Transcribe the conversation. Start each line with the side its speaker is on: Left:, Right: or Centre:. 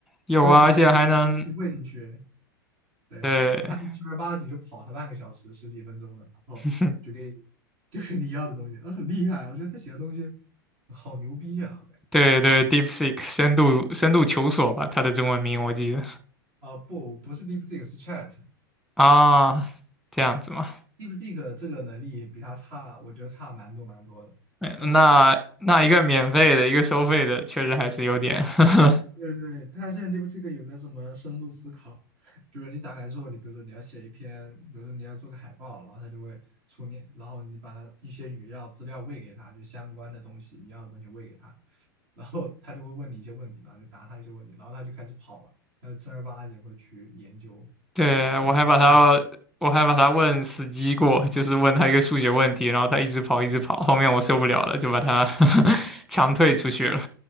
Centre: 有啊，
Right: 对，然后就把它东西喂进去，
Centre: 而且还能，
Right: 对，
Centre: 对
Right: 然后它就正儿八经就跑它半个小时十几分钟的，然后就给你
Centre: <laughs>
Right: 就给你要的东西，呃，很厉害，我觉得他写的东西好牛逼啊！我感觉
Centre: 对对，DeepSeek 深度深度求索吧，它的中文名我记得
Right: 啊、不，不是 DeepSeek，是 Chat。
Centre: 啊，这样子嘛，
Right: DeepSeek 这个能力比它差，我觉得差蛮多蛮多的。
Centre: 嗯那那一个免费的，
Right: 就是它
Centre: 一个收费的，确实还是有点 <laughs>
Right: 对对，它现在 DeepSeek 有那什么深度思考，就是你打开之后，你比如说你要写一篇，比如说你要做个海报，然后它就会出你，然后你把它一些语料资料喂给它，就相关的东西你要的东西喂给它，然后它就会问你一些问题，然后就答它一些问题，然后它就开始跑了，它就正儿八经会去研究，
Centre: 对，
Right: 会跑半个小时。
Centre: 我还把他，我还把他问死机过，就是问他一个数学问题，然后他一直跑，一直跑，后面我受不了了，就把他 <laughs> 强退出去了。